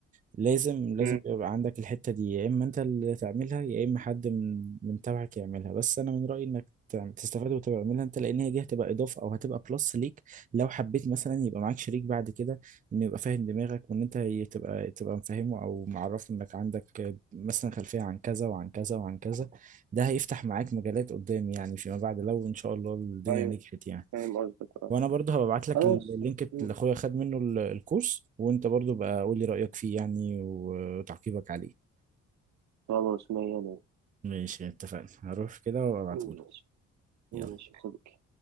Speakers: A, on the right; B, on the right.
A: لازم لازم
B: مم.
A: يبقى عندك الحتة دي يا إما أنت اللي تعملها يا إما حد من من تبعك يعملها بس أنا من رأيي إنك تعم- تستفاد وتعملها أنت لأن هي دي هتبقى إضافة أو هتبقى بلس ليك لو حبيت مثلا يبقى معاك شريك بعد كده إنه يبقى فاهم دماغك وإن أنت ي- تبقى تبقى مفهمه أو معرفه إنك عندك مثلا خلفية عن كذا وعن كذا وعن كذا ده هيفتح معاك مجالات قدام يعني فيما بعد لو إن شاء الله الدنيا
B: أيوه
A: نجحت يعني
B: فاهم قصدك أه
A: وانا برضه هبقى ابعت لك
B: خلاص
A: اللينك
B: مم.
A: اللي اخويا خد منه ال- الكورس وانت برضه بقى قول لي رايك فيه يعني وتعقيبك عليه
B: خلاص مية مية
A: ماشي اتفقنا هروح كده وابعتهولك
B: مم، ماشي ماشي
A: يلا
B: يا صديقي